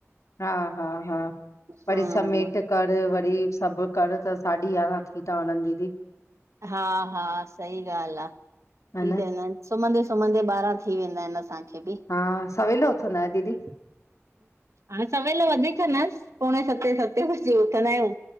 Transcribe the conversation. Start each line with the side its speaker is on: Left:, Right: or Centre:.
Left: हा हा हा वरी
Right: हम्म
Left: समेट। करि वरी, सभु करि त साढी यारहां थी, था वञनि दीदी
Right: हा हा सही ॻाल्हि आहे, थी
Left: ह न
Right: वेंदा अहिनि सुम्हंदे- सुम्हंदे ॿारहां थी वेंदा आहिनि असांखे बि।
Left: हा सवेल उथंदा आहियो दीदी?
Right: हा- सवेल वधीक न, पोणे सतें- सतें बजे उथंदा आहियूं।